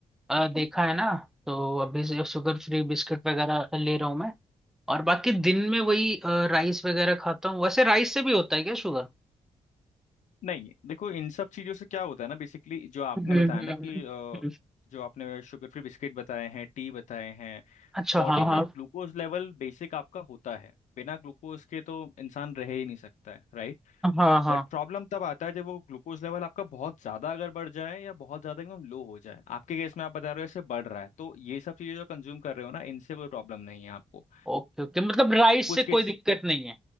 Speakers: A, in the centre; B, on the left.
A: अ, देखा है ना तो अभी से शुगर फ्री बिस्किट वगैरह ले रहा हूँ मैं और बाकी दिन में वही राइस वगैरह खाता हूँ वैसे राइस से भी होता है क्या शुगर
B: नहीं देखो इन सब चीज़ों से क्या होता है ना बेसिकली जो आपने
A: हम्म
B: बताया
A: हम्म
B: ना
A: हम्म,
B: कि अ,
A: हम्म।
B: जो आपने शुगर फ्री बिस्किट बताए हैं टी बताए हैं
A: अच्छा
B: बॉडी
A: हाँ
B: में
A: हाँ
B: ग्लूकोज लेवल बेसिक आपका होता है बिना ग्लूकोज के तो इंसान रह ही नहीं सकता है राइट
A: हाँ हाँ
B: बट प्रॉब्लम तब आता है जब वो ग्लूकोज लेवल आपका बहुत ज़्यादा अगर बढ़ जाए या बहुत ज़्यादा एकदम लो हो जाए आपके केस में आप बता रहे हो ऐसे बढ़ रहा है तो ये सब चीज़ें जो कंज्यूम कर रहे हो ना इनसे कोई प्रॉब्लम नहीं है आपको
A: ओके ओके मतलब राइस
B: कुछ
A: से कोई
B: केस
A: दिक्कत नहीं